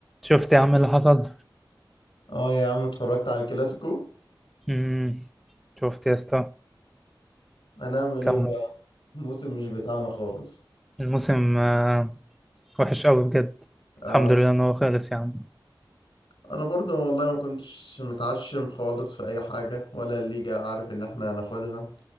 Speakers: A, in the centre; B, on the left.
A: شفت يا عم اللي حصل
B: اه يا عم اتفرجت على الكلاسيكو
A: امم شفت يا اسطى
B: هنعمل
A: كم
B: ايه بقى موسم مش بتاعنا خالص
A: الموسم آه، وحش قوي بجد
B: آه
A: الحمد لله ان هو خلص يا عم
B: انا برضو والله ما كنتش متعشم خالص في اي حاجة ولا الليجا عارف ان احنا هناخدها